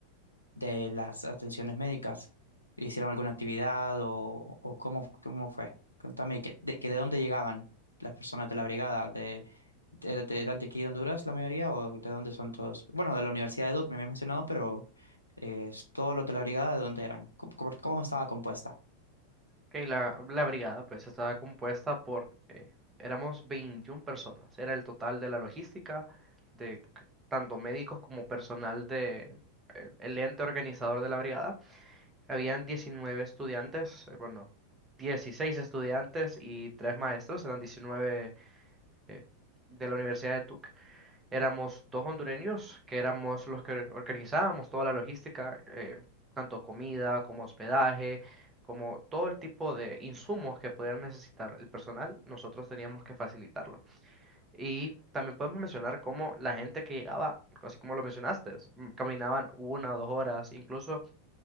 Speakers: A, on the left; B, on the right.
A: de las atenciones médicas? ¿Hicieron alguna actividad o, o cómo, cómo fue? Contame, ¿qué- de, que de dónde llegaban las personas de la brigada? ¿De, de, de Antioquía, Honduras, la mayoría? ¿O de dónde son todos? Bueno, de la Universidad de Duke me había mencionado, pero eh, todos los de la brigada, ¿de dónde eran? ¿Cómo, cómo- cómo estaba compuesta?
B: Ok, la, la brigada pues estaba compuesta por, eh, éramos 21 personas, era el total de la logística, de c- tanto médicos como personal de el, el ente organizador de la brigada. Habían 19 estudiantes, eh, bueno, 16 estudiantes y 3 maestros, eran 19 eh, de la Universidad de Tuc. Éramos dos hondureños que éramos los que organizábamos toda la logística, eh, tanto comida como hospedaje, como todo el tipo de insumos que pudieran necesitar el personal, nosotros teníamos que facilitarlo. Y también podemos mencionar cómo la gente que llegaba, así como lo mencionaste, mm, caminaban una o dos horas, incluso